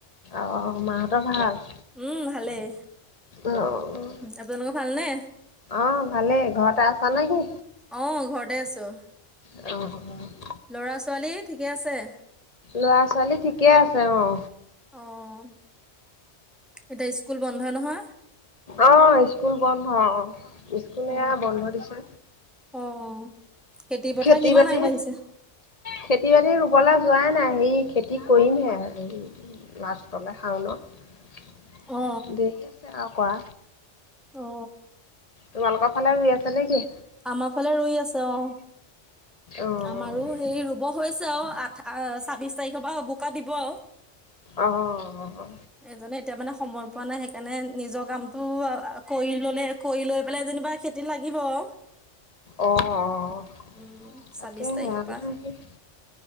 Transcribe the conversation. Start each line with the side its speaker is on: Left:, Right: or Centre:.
Left: অ', মাহঁতৰ ভাল।
Centre: উম, ভালেই!
Left: অ'
Centre: আপোনালোকৰ ভালনে?
Left: অ', ভালেই। ঘৰতে আছা নে কি?
Centre: অ <inaudible>
Left: অ',
Centre: ল'ৰা ছোৱালী ঠিকে আছে?
Left: ল'ৰা ছোৱালী ঠিকে আছে অ'।
Centre: অ', এতিয়া স্কুল বন্ধ নহয়?
Left: আহ স্কুল বন্ধ অ' স্কুল
Centre: অ
Left: এয়া বন্ধ দিছে।
Centre: অ'। পথাৰ
Left: খেতি
Centre: কিমান
Left: বাতি
Centre: আগবাঢ়িছে
Left: খেতি বাতি ৰুবলৈ যোৱাই নাই। হেৰি খেতি কৰিমহে লাষ্টলৈ শাওনত
Centre: অ
Left: দেৰি আছে আৰু। কৰা।
Centre: অ
Left: তোমালোকৰ ফালে ৰুই আছ নে কি?
Centre: আমাৰ ফালে ৰুই আছে অ'।
Left: অ'
Centre: আমাৰো সেই ৰুব হৈছে অ' আঠ ছাব্বিশ তাৰিখৰ পৰা বোকা দিব আৰু।
Left: আহ।
Centre: এজনে এতিয়া মানে সময় পোৱা নাই সেইকাৰণে নিজৰ কামটো কৰি ল'লে কৰি লৈ পেলাই যেনিবা খেতিত লাগিব আৰু।
Left: অ', অহ
Centre: উম
Left: তাকে
Centre: ছাব্বিশ তাৰিখৰ
Left: আমাৰ
Centre: পৰা
Left: সেই